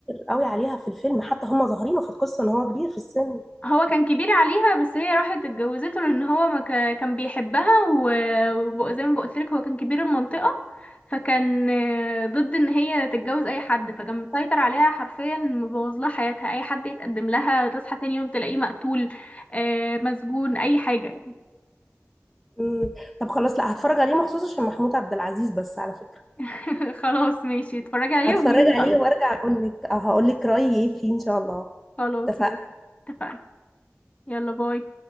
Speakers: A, in the centre; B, on the left.
A: قوي عليها في الفيلم حتى هم ظاهرينه في القصة ان هو كبير في السن
B: هو كان كبير عليها بس هي راحت اتجوزته لأن هو ما ك... كان بيحبها و- وزي ما بقولتلك هو كان كبير المنطقة فكان آه، ضد ان هي تتجوز اي حد فكان مسيطر عليها حرفيا مبوظ لها حياتها اي حد يتقدم لها تصحى تاني يوم تلاقيه مقتول آه، مسجون اي حاجة
A: مم. طب خلاص لا هتفرج عليه مخصوص عشان محمود عبد العزيز بس على فكرة
B: <laughs> خلاص ماشي اتفرجي عليه
A: هتفرج
B: وقولي لي
A: عليه
B: رأيك
A: وارجع اقول لك هقول لك رأيي ايه فيه ان شاء الله
B: خلاص
A: اتفقنا
B: ماشي اتفقنا يلا باي